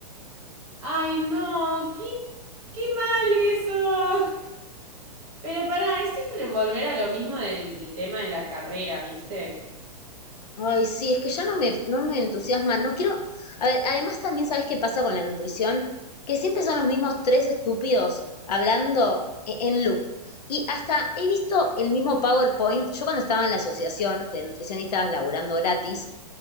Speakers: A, on the right; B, on the left.
A: Ay, no, qué, qué mal eso. Pero pará, es siempre volver a lo mismo del tema de la carrera, ¿viste?
B: Ay, sí, es que ya no me, no me entusiasma, no quiero... A ver, además también sabes qué pasa con la nutrición, que siempre son los mismos tres estúpidos hablando e- en loop. Y hasta he visto el mismo PowerPoint, yo cuando estaba en la asociación de nutricionistas laburando gratis,